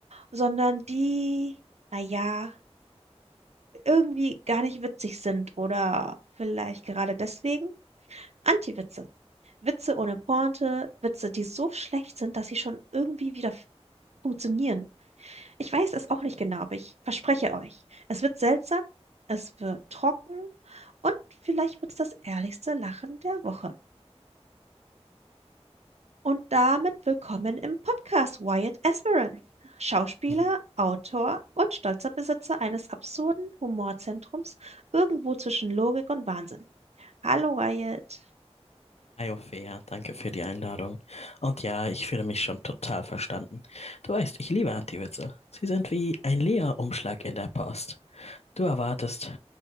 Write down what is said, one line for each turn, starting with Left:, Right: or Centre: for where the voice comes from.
Right: sondern die, naja, irgendwie gar nicht witzig sind oder vielleicht gerade deswegen Antiwitze. Witze ohne Pointe, Witze, die so schlecht sind, dass sie schon irgendwie wieder f- funktionieren. Ich weiß es auch nicht genau, aber ich verspreche euch, es wird seltsam, es wird trocken und vielleicht wird es das ehrlichste Lachen der Woche. Und damit willkommen im Podcast Wyatt Esperen, Schauspieler,
Left: Mhm.
Right: Autor und stolzer Besitzer eines absurden Humorzentrums irgendwo zwischen Logik und Wahnsinn. Hallo Wyatt.
Left: Hi Ophäa, danke für die Einladung. Und ja, ich fühle mich schon total verstanden. Du weißt, ich liebe Anti-Witze. Sie sind wie ein Leerumschlag in der Post. Du erwartest